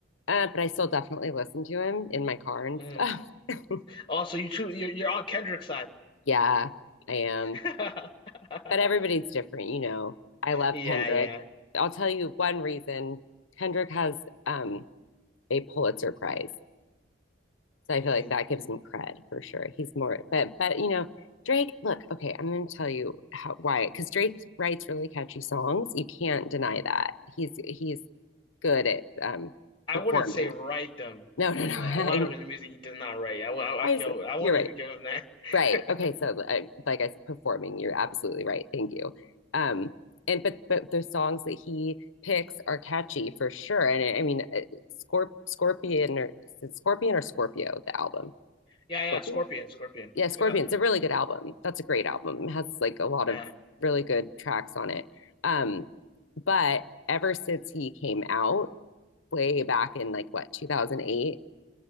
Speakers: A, on the left; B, on the left.
A: uh, but I still definitely listen to him in my car and
B: mm.
A: stuff. <laughs>
B: Also, you too. You're you're on Kendrick's side.
A: Yeah, I am.
B: <laughs>
A: But everybody's different, you know. I love
B: Yeah,
A: Kendrick.
B: yeah.
A: I'll tell you one reason. Kendrick has um a Pulitzer Prize. So I feel
B: Mm,
A: like that gives him cred for sure. He's more, but but you know, Drake. Look, okay, I'm going to tell you how why because Drake writes really catchy songs. You can't deny
B: mhm.
A: that. He's he's good at um
B: I
A: performing.
B: wouldn't say write them
A: No, no,
B: because
A: no. <laughs>
B: uh,
A: I
B: a lot of his music he does not write. I, won't- I,
A: I
B: I go.
A: said
B: I won't
A: you're right.
B: even give him that.
A: Right. Okay. So
B: <laughs>
A: I, like I said, performing. You're absolutely right. Thank you. Um. And but but the songs that he picks are catchy for sure. And I mean, uh, Scorp Scorpion or Scorpion or Scorpio, the album.
B: Yeah, yeah,
A: Scorpio.
B: Scorpion, Scorpion.
A: yeah, Scorpions,
B: Yeah,
A: a really good album. That's a great album. It has like a lot
B: yeah.
A: of really good tracks on it. Um, but ever since he came out way back in like what 2008,